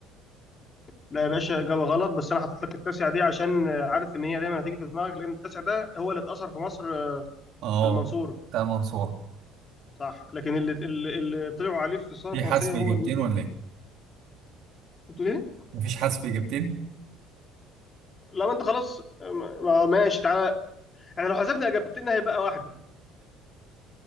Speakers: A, on the left; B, on the right.
A: لا يا باشا اجابه غلط بس انا حطيت لك التاسع دي عشان آه، عارف ان هي دايما هتيجي في دماغك لان التاسع ده هو اللي اتاثر في مصر آه،
B: اه
A: في المنصوره
B: بتاع المنصورة
A: صح لكن اللي اللي اللي طلعوا عليه في الثوره
B: في
A: الفرنسيه
B: حذف
A: هو
B: إجابتين
A: لويس
B: ولا إيه؟
A: قلت ليه
B: مفيش حذف إجابتين
A: لا ما انت خلاص آه، ما- ما- ماشي تعالى احنا لو حسبنا اجابتنا هيبقى واحده